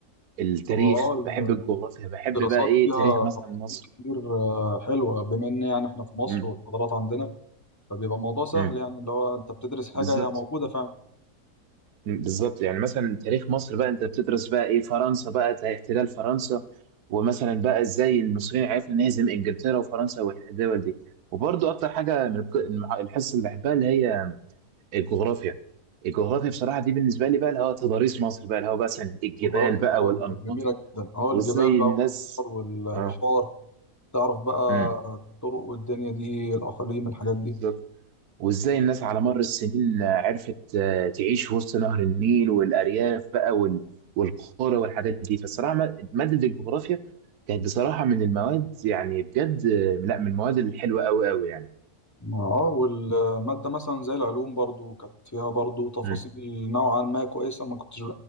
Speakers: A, on the right (about 80°); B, on the left (about 20°).
A: التاريخ
B: اه
A: بحب الجغرافيا بحب
B: الدراسات
A: بقى ايه
B: فيها
A: تاريخ مثلا
B: تفاصيل
A: مصر
B: كتير آه، حلوة بما إن يعني إحنا في مصر
A: امم
B: والحضارات عندنا فبيبقى الموضوع سهل
A: امم
B: يعني اللي هو انت بتدرس حاجه
A: بالظبط
B: هي موجوده فعلا
A: مم، بالظبط يعني مثلا تاريخ مصر بقى انت بتدرس بقى ايه فرنسا بقى تا- احتلال فرنسا ومثلا بقى ازاي المصريين عرفنا نهزم انجلترا وفرنسا والدول دي وبرضو اكتر حاجه من الق- المح- الحصه اللي بحبها اللي هي الجغرافيا الجغرافيا بصراحه دي بالنسبه لي بقى اللي هو تضاريس مصر بقى اللي هو مثلا الجبال
B: جغرافيا
A: بقى
B: اه
A: والانهار
B: دي كانت جميله جدا اه
A: وازاي
B: الجبال بقى
A: الناس
B: والانهار
A: اه
B: والبحار تعرف بقى
A: امم
B: الطرق والدنيا دي الاقاليم الحاجات دي
A: بالظبط وازاي الناس على مر السنين عرفت آه، تعيش وسط نهر النيل والارياف بقى وال- والقرى والحاجات دي فالصراحه ماده مادة الجغرافيا كانت بصراحه من المواد يعني بجد آه، لا من المواد الحلوه قوي قوي يعني
B: ما- اه والماده مثلا زي العلوم برضو كانت فيها برضو تفاصيل
A: امم
B: نوعا ما كويسه ما كنتش